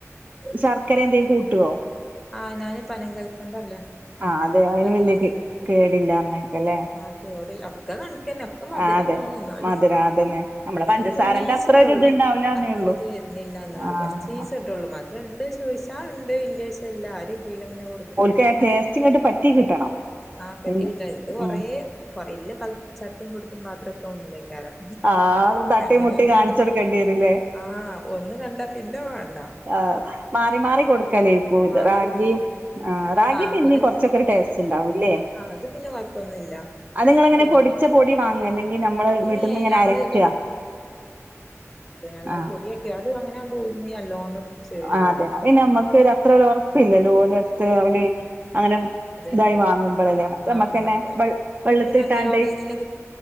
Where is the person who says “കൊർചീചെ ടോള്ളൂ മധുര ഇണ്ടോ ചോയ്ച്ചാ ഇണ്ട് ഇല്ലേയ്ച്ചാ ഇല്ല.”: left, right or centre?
Centre